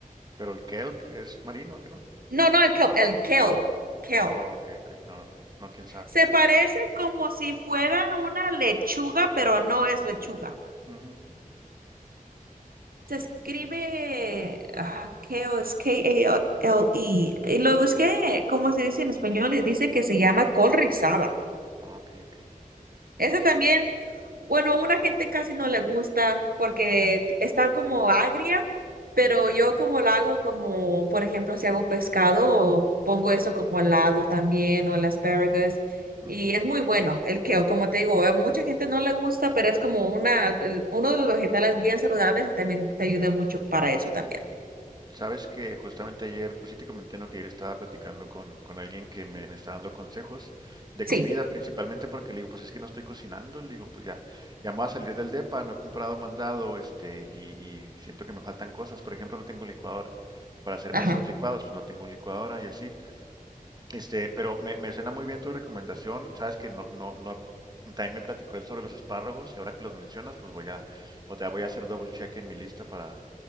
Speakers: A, on the right; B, on the right.
A: Pero el kelp es marino, ¿qué no?
B: No, no, el kelp, el kelp, kelp.
A: Oh, ok, ok, no, no, no, no, quién sabe.
B: Se parece como si fuera una lechuga, pero no es lechuga.
A: Ujú,
B: Se
A: Sí,
B: escribe
A: ok,
B: ah, kale, es K-A-L-E. Y lo busqué, como se dice en español, y dice que se llama col rizada.
A: ok, ok.
B: Ese también. Bueno, una gente casi no le gusta porque t- está como agria, pero
A: Ujú,
B: yo como la hago como, por ejemplo, si hago pescado, pongo eso como al lado también o el asparagus
A: ujú.
B: y es muy bueno el kale, como te digo, a mucha gente no le gusta, pero es como una, el- uno de los vegetales bien saludables y también te ayuda mucho para eso también.
A: Sabes que justamente ayer, pues sí te comenté, ¿no? Que ayer estaba platicando con, con alguien que me, me está dando consejos de
B: Sí,
A: comida, principalmente porque le digo, pues es que no estoy cocinando, le digo, pues ya, ya me voy a salir del depa, no he comprado mandado, este, y, y siento que me faltan cosas, por ejemplo, no tengo licuadora. Para hacerme
B: ajá.
A: esos licuados, pues no tengo licuadora y así. Este, pero me, me suena muy bien tu recomendación, sabes que no, no, no, también me platicó él sobre los espárragos y ahora que los mencionas, pues voy a, o sea, voy a hacer double check en mi lista para